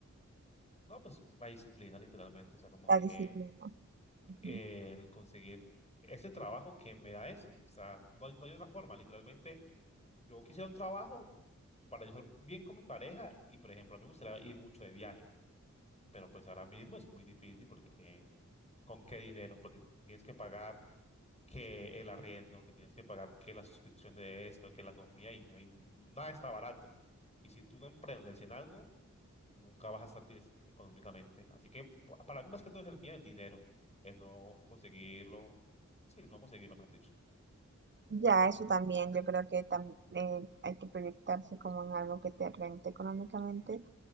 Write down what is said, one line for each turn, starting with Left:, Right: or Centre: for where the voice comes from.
Left: No, pues la disciplina literalmente, o sea, como
Right: La
Left: que
Right: disciplina. ujú.
Left: el conseguir ese trabajo que me da eso. O sea, no hay, no hay otra forma, literalmente yo quisiera un trabajo para yo ser bien con mi pareja y, por ejemplo, a mí me gustaría ir mucho de viaje, pero pues ahora mismo es muy difícil porque ¿con qué dinero? Porque tienes que pagar que el arriendo, que tienes que pagar, que la suscripción de esto, que la comida, y no hay, nada está barato. Y si tú no emprendes en algo, nunca vas a estar bien económicamente. Así que pa- para mí más que todo es el miedo, el dinero, el no conseguirlo, sí, el no conseguirlo, mejor dicho.
Right: Ya, eso también, yo creo que tam- eh, hay que proyectarse como en algo que te rente económicamente